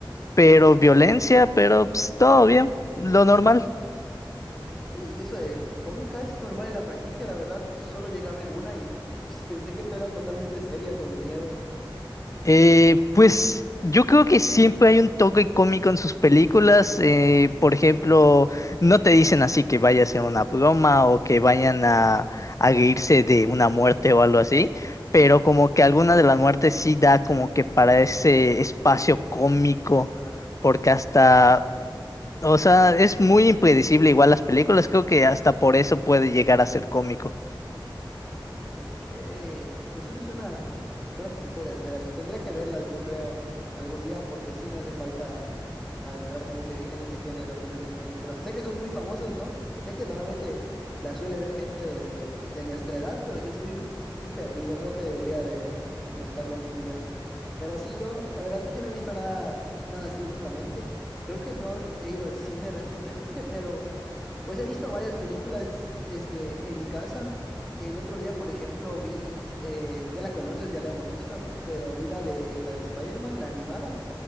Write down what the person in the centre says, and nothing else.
Oye, y eso de cómica es normal en la franquicia, la verdad, solo llegué a ver una y pues, pensé que eran totalmente serias o de miedo.
Ok, pues sí, suena, suena que sí podría ser así. Tendría que verlas, yo creo, algún día, porque sí me hace falta adentrarme en ese, en ese género y en esas películas. Sé que son muy famosas, ¿no? Sé que normalmente las suele ver gente de, de- de nuestra edad, pero yo estoy, estoy perdido. Creo que debería de intentarlo algún día. Pero sí, yo, la verdad es que no he visto nada, nada así últimamente. Creo que no he ido al cine recientemente, pero... Pues he visto varias películas, este, en mi casa. El otro día, por ejemplo, vi, eh, ya la conoces, ya la hemos visto, ¿no? Pero vi la de la de Spider-Man, la animada.